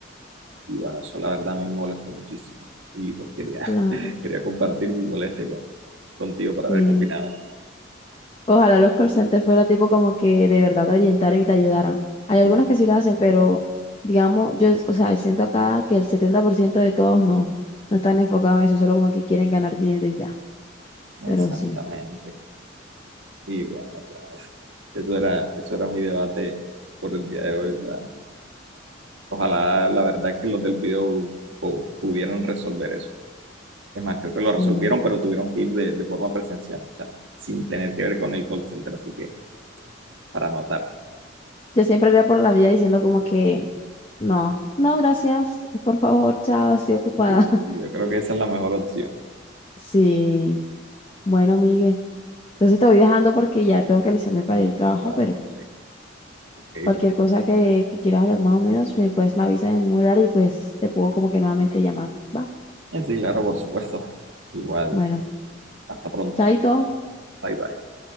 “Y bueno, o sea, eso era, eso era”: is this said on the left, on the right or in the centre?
Right